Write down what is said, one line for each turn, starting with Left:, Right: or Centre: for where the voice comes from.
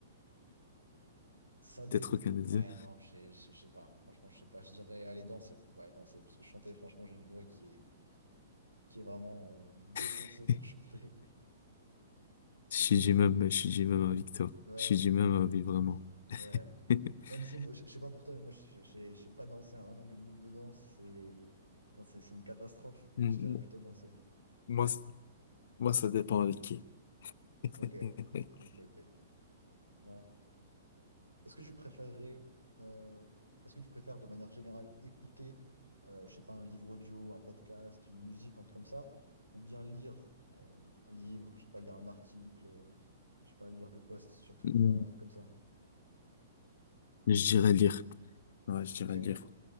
Right: Ça dé...
Left: Peut-être aucun
Right: Ouais,
Left: des deux.
Right: non, je sais je sais- je sais pas. Franchement, je sais pas. Je dirais aller danser. Ouais, danser. Parce que chanter, franchement, j'ai une voix qui est, qui est vraiment euh, défoncée
Left: <laughs>
Right: pour <laughs> chanter.
Left: Je
Right: Et
Left: suis
Right: toi, du
Left: du
Right: coup?
Left: même, je suis du même avis que toi.
Right: Ouais.
Left: Je suis du même
Right: <laughs>
Left: avis, vraiment.
Right: Ouais.
Left: <laughs>
Right: Même si, moi, je je sais pas pour toi, mais moi, je je- je- sais pas danser. hein. Vraiment, mes moves de danse, c'est putain, c'est c'est une catastrophe. Mais
Left: Mm,
Right: je dirais plutôt danser.
Left: Moi, c- moi, ça dépend avec qui. <laughs>
Right: Ok. Ok, ok. Ouais. Est-ce que tu préférerais, euh, est-ce que tu préfères de manière générale écouter, euh, je sais pas, un livre audio, un podcast, une musique, un truc comme ça, ou bien lire euh, un livre, je sais pas, lire un article, euh, je sais pas, lire des posts sur Twitter
Left: Mm.
Right: ou un truc comme ça.
Left: Je dirais lire. <laughs> Ouais, je dirais
Right: Ok,
Left: lire.